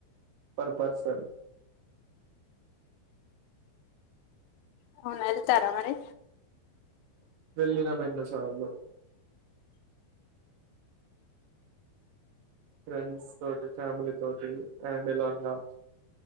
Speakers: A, on the right; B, on the left.
A: పర్ పర్సన్
B: అవును వెళ్తారా మరి
A: వెళ్ళినం ఎన్నోసారా సార్ల ఫ్రెండ్స్ తోటి ఫ్యామిలీ తోటి ఆండలోనా